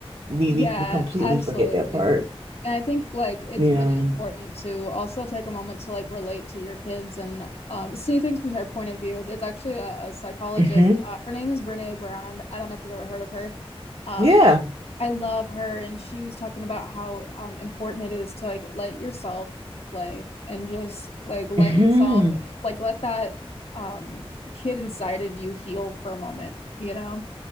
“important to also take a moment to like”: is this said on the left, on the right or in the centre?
Left